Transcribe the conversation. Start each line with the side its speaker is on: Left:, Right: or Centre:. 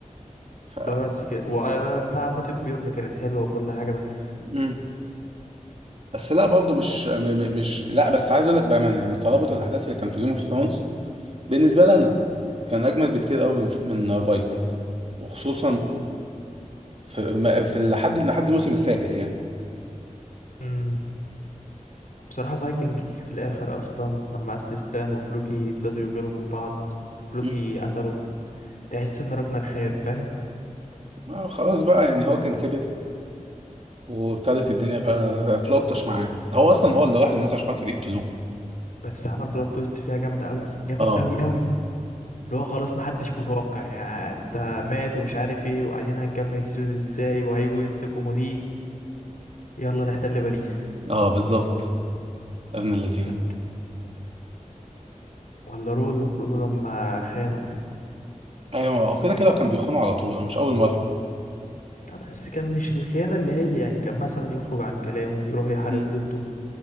Right: ف
Left: بقى بس كده وبتاع موت بيورن كانت حلوة وكل حاجة بس
Right: مم. بس لا برضه مش م- م- مش لا بس عايز اقول لك بامانه يعني ترابط الاحداث اللي كان في جيم اوف ثرونز بالنسبه لي انا كان اجمد بكتير قوي من من فايكنج وخصوصا في, في لحد لحد الموسم السادس يعني
Left: امم بصراحة فايكنج في الآخر أصلا لما أسلستان وفلوكي ابتدوا يغيروا من بعض فلوكي
Right: مم.
Left: قتله تحس إن راجنر خاب فاهم
Right: آه خلاص بقى يعني هو كان كبر وابتدت
Left: امم
Right: الدنيا بقى تلطش معاه هو اصلا هو اللي راح للناس عشان خاطر يقتلوه
Left: بس عمل بلوت تويست فيها جامد أوي جامد
Right: اه
Left: أوي أوي اللي هو خلاص محدش متوقع يعني أنت مات ومش عارف ايه وقاعدين هنكمل السيزون ازاي وهيجوا ينتقموا ليه يلا نحتل باريس
Right: اه بالظبط ابن اللذين
Left: لا، ولا رولو رولو لما خانه
Right: ايوه هو كده كده كان بيخونه على طول هو مش اول مره
Left: آه، بس كان مش الخيانة اللي هي يعني كان مثلا يخرج عن كلامه يروح يحارب
Right: مم.
Left: ضده